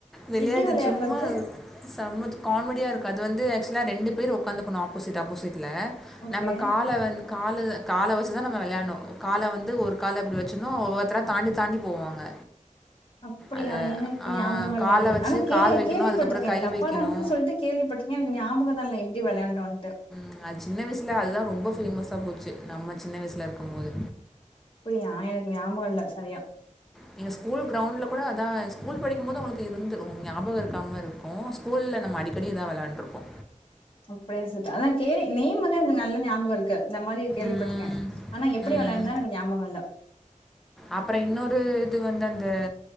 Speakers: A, in the centre; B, on the left (about 40°).
A: விளையாடு
B: எப்டி வெளையாட்றது
A: சும்மா செமத் காமெடியா இருக்கும் அது வந்து ஆக்சுவலா ரெண்டு பேரு உக்காந்துக்கணு ஆப்போசிட் ஆப்போசிட்ல
B: ஓகே
A: நம்ம கால வந் கால இத கால வச்சுதா நம்ம விளையாட்ணு கால வந்து ஒரு கால இப்டி வச்சிட்ணு ஒவ்வொருத்தரா தாண்டி தாண்டி போவாங்க
B: அப்படியா
A: அதை
B: எனக்கு ஞாபகம் இல்லயே
A: காலை வச்சு
B: ஆனா கே
A: கால் வைக்கணும்
B: கேள்விப்பட்டிருக்கே
A: அதுக்கப்புறம் கை
B: டப்பா
A: வைக்கணும்
B: டான்ஸ்ன்னு சொல்ட்டு கேள்விப்பட்ருக்கே எனக்கு ஞாபகம் தா இல்ல எப்டி விளாண்டோன்னு
A: ம் அது சின்ன வயசுல அதுதா ரொம்ப வேமஸ்ஸா போச்சு நம்ம சின்ன வயசுல இருக்கும் போது
B: அப்பிடியா எனக்கு ஞாபகம் இல்ல சரியா
A: நீங்க ஸ்கூல் கிரௌண்ட்ல கூட அத்தா ஸ்கூல் படிக்கும்போது உங்களுக்கு இருந்து ஞாபகம் இருக்கா மாறி இருக் கும் ஸ்கூல்ல நம்ம அடிக்கடி இத்தா வெளாண்ட்ருப்போ
B: ம் பேசிட்ட அத்தா கே நேம் வந்து நல்லா ஞாபகம் இருக் க்க இந்த மாரி கேள்விப்பட்டிருக்கே
A: ம்,
B: ஆனா எப்டி
A: ம்.
B: விளையாட ஞாபக இல்ல
A: அப்புறம் இன்னொரு இது வந்து அந்த